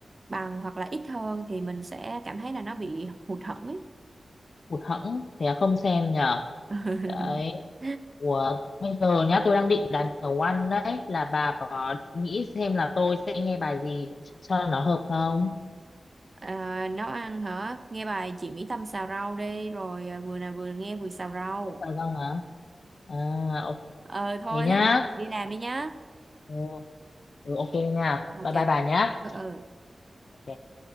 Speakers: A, on the right (about 40°); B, on the left (about 70°).
A: bằng hoặc là ít hơn thì mình sẽ cảm thấy là nó bị hụt hẫng ấy
B: hụt hẫng thế là không xem nhở
A: <laughs>
B: đấy Ủa, bây giờ nhá tôi đang định là nấu ăn đấy là bà có nghĩ xem là tôi sẽ nghe bài gì cho nó hợp không?
A: à, nấu ăn hả nghe bài chị Mỹ Tâm xào rau đi rồi à, vừa nào vừa nghe vừa xào rau
B: Không sao đâu hả? À ok
A: ờ thôi
B: thế nhá.
A: thế bận đi làm đi nhá
B: Ừ, ừ, ok nha.
A: ok
B: Bye bye bà nhá.
A: ừ, ừ.
B: Ok.